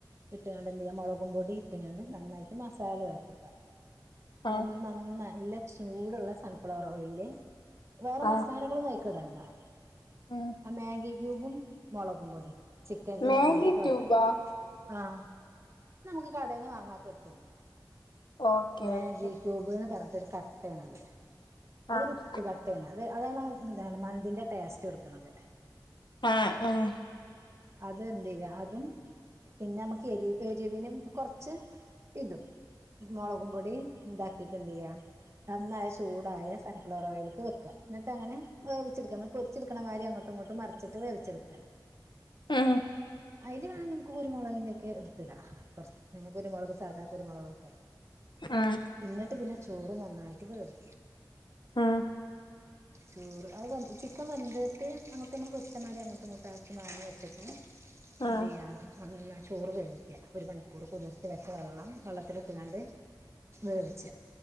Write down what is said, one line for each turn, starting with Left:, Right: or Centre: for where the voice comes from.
Right: ഇട്ടണ്ട് എന്ത് ചെയ്യാ മുളകും പൊടി ഇട്ടുകണ്ട് നന്നായിട്ട് മസാലതാക്കിക്കുക നന്ന
Left: ആഹ്
Right: നന്നാ നല്ല ചൂടുള്ള സൺഫ്ലവർ ഓയില് വേറെ
Left: ആഹ്
Right: മസാലകളൊന്നും അയികിടണ്ട ആഹ
Left: ഉം
Right: മാഗി ക്യൂബും മുളകും പൊടി ചിക്കനില്
Left: മാഗി
Right: നന്നായിട്ട് പർത്തു
Left: ക്യൂബാ
Right: ആഹ് നമുക്ക് കടയിന്ന് വാങ്ങകിട്ടും
Left: ഓക്കേ
Right: മാഗി
Left: ഓക്കേ
Right: ക്യൂബ് എന്ന് പറഞ്ഞിട്ടൊരു കട്ടണത് അതൊരു
Left: ആഹ്
Right: ഉപ്പ് കട്ടാണ് അത് അതാണ് എന്താണ് മന്തിന്റെ ടേസ്റ്റ് എടുക്കുന്നത്
Left: ആഹ് ആഹ്
Right: അതെന്ത്യ്യ അതും പിന്നെ നമുക്ക് എരി എരിവിനും കൊറച്ച് ഇതും മുളകും പൊടിയും ഇതാക്കിട്ട് എന്ത്യ്യാം നന്നായ ചൂടായ സൺഫ്ലവർ ഓയിലിക്ക് വെക്ക എന്നിട്ട്ങ്ങനെ വേവിച്ചടുക്ക നമ്മള് പൊരിച്ചെടുക്കണ മാതിരി അങ്ങോട്ടും ഇങ്ങോട്ടും മറിച്ചിട്ട് വേവിച്ചെടുക്കുക
Left: ഉം
Right: അതില് വേണെങ്കിൽമുക്ക് കുരുമുളകിന്റെ ഒക്കെ എടുത്തിട കുരു കുരുമുളക് സാധ കുരുമുളൊകക്കെ
Left: ആഹ്
Right: എന്നിട്ട് പിന്നെ ചോറ് നന്നായിട്ട് വേവ്
Left: ആഹ്
Right: ചോറ് അത് വെന്തി ചിക്കൻ വെന്തിട്ട് അങ്ങട്ട് നമ്മ വെ ച്ചമാതിരി അങ്ങോട്ടും ഇങ്ങോട്ട് ആക്കി മാങ്ങി വെച്ചിട്ട് എന്ത്യ്യാ
Left: ആഹ്
Right: നന്നായി ചോറ് വെവിക്കുക ഒരു മണിക്കൂർ കുതിർത്തി വെച്ച വെള്ളം വെള്ളത്തിലിട്ടുകാണ്ട് വേവിച്ച